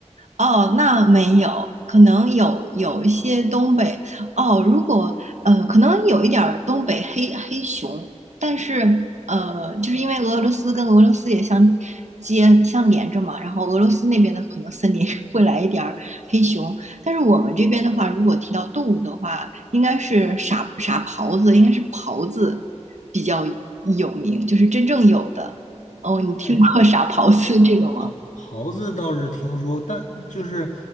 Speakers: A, on the right; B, on the left.
A: 哦，那没有，可能有有一些东北哦，如果呃，可能有一点儿东北黑黑熊，但是呃，就是因为俄罗斯跟俄罗斯也相接相连着嘛，然后俄罗斯那边的可能森林 <laughs> 会来一点儿黑熊，但是我们这边的话，如果提到动物的话，应该是傻傻狍子，应该是狍子比较有名，就是真正有的。哦，你听过
B: 哎，
A: <laughs> 傻狍子这个吗？
B: 袍袍子倒是听说，但就是